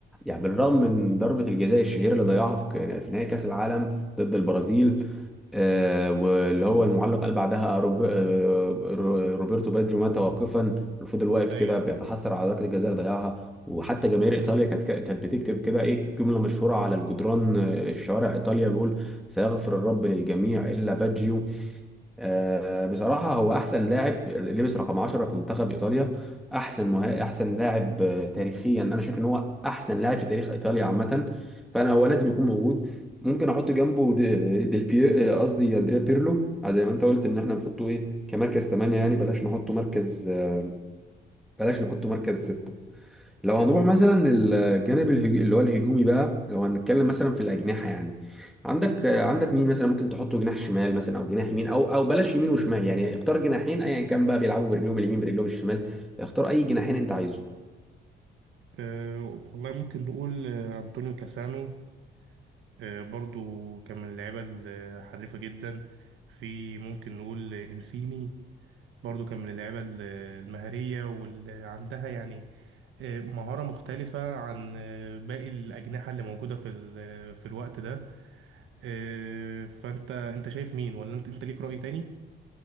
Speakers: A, in the centre; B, on the right.
A: يعني بالرغم من ضربة الجزاء الشهيرة اللي ضيعها في ك- في نهائي كأس العالم ضد البرازيل آه، واللي هو المعلق قال بعدها روب- آه، رو- روبرتو باجيو مات واقفا فضل واقف
B: ايوه
A: كده بيتحسر على ضربة الجزاء اللي ضيعها وحتى جماهير ايطاليا كانت كانت بتكتب كده ايه جملة مشهورة على الجدران آه، الشوارع ايطاليا بيقول سيغفر الرب للجميع الا باجيو آه، بصراحة هو أحسن لاعب لبس رقم 10 في منتخب إيطاليا أحسن مها... أحسن لاعب آه، تاريخيا أنا شايف إن هو أحسن لاعب في تاريخ إيطاليا عامة فأنا هو لازم يكون موجود ممكن أحط جنبه دي- ديل بي آه، قصدي أندريا بيرلو آه، زي ما أنت قلت إن إحنا نحطه إيه كمركز 8 يعني بلاش نحطه مركز آه، بلاش نحطه مركز ستة. لو هنروح مثلا الجانب الهج... اللي هو الهجومي بقى لو هنتكلم مثلا في الاجنحه يعني عندك عندك مين مثلا ممكن تحطه جناح شمال مثلا او جناح يمين او او بلاش يمين وشمال يعني اختار جناحين ايا كان بقى بيلعبوا برجلهم اليمين برجلهم الشمال اختار اي جناحين انت عايزه
B: أه والله ممكن نقول آه، انطونيو كاسانو آه، برضو كان من اللعيبة الحريفة جدا في ممكن نقول آه، إنسيني برضو كان من اللعيبة ال- المهارية واللي عندها يعني آه، مهارة مختلفة عن آه، باقي الأجنحة اللي موجودة في ال- في الوقت ده آه، فأنت أنت شايف مين ولا أنت أنت ليك رأي تاني؟